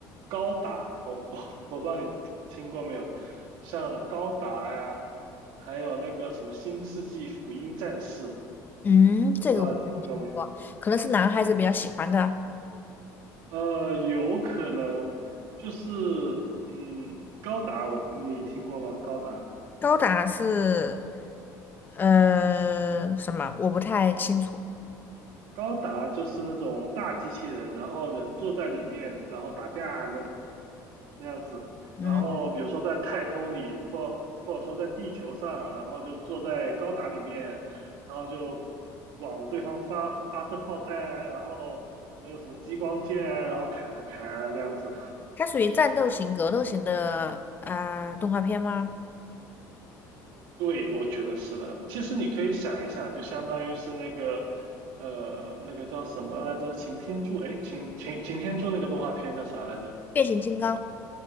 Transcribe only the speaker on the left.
嗯，这个我没听过，
可能是男孩子比较喜欢的。
高达是呃什么？我不太清楚。
嗯，
它属于战斗型、格斗型的呃动画片吗？
变形金刚。